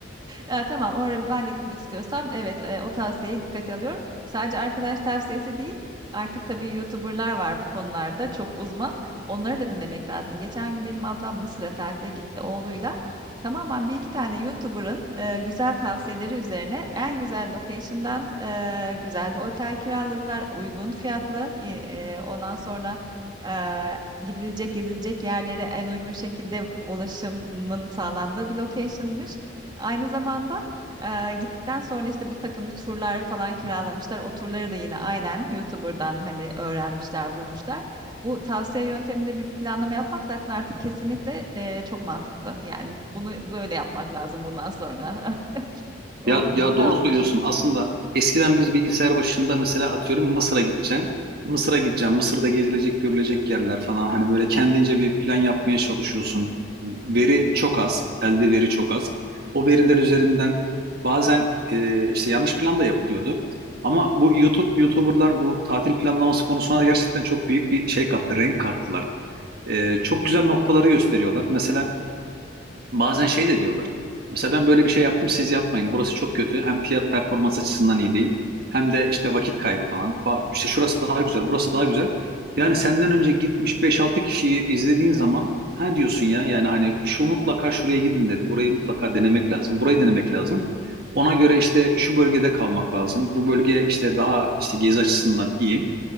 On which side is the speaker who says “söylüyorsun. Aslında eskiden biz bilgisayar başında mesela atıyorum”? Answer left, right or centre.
Right